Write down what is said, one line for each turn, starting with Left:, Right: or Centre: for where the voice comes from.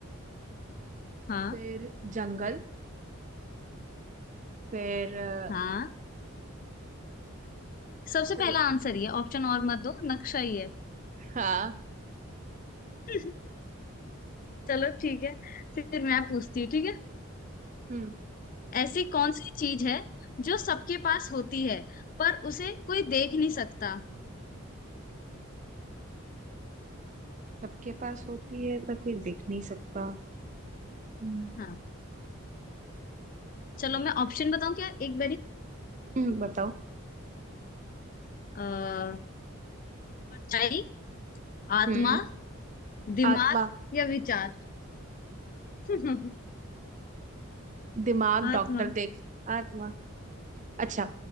Left: हाँ
Right: फिर जंगल फिर अ,
Left: हाँ सबसे
Right: को
Left: पहला आंसर ये ऑप्शन और मत दो नक्शा ही है
Right: हाँ
Left: <laughs> चलो ठीक है फिर मैं पूछती हूँ ठीक है
Right: हम्म
Left: ऐसी कौन सी चीज है जो सबके पास होती है पर उसे कोई देख नहीं सकता
Right: सबके पास होती है पर कोई देख नहीं सकता हम्म
Left: हाँ चलो मैं ऑप्शन बताऊं क्या एक
Right: हम्म, बताओ
Left: बारी परछाई आत्मा
Right: हम्म
Left: दिमाग
Right: आत्मा
Left: या विचार <laughs>
Right: दिमाग डॉक्टर
Left: आत्मा
Right: देख आत्मा अच्छा